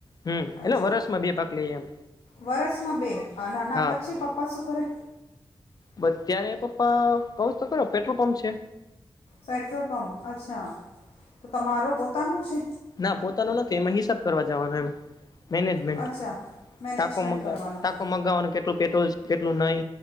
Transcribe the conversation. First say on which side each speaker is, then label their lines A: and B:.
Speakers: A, on the left (about 40°); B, on the left (about 80°).
A: હમ
B: અચ્છા
A: એટલે વરસમાં બે પાક લઈએ એમ
B: વરષમાં બે અને આના
A: હા
B: પછી પપ્પા શું કરે
A: બત્યારે પપ્પા કવ છું તો ખરું પેટ્રોલ પંપ છે
B: પેટ્રોલ પંપ અચ્છા તો તમારો પોતાનું છે?
A: ના પોતાનું નથી તેમાં હિસાબ કરવા જવાનું એમ મેનેજમેન્ટ,
B: અચ્છા મેનેજમેન્ટ
A: ટાકો મગા
B: કરવાનું
A: ટાકો
B: છે
A: મગાવવાનું કેટલું પેટ્રોલ છે કેટલું નઈ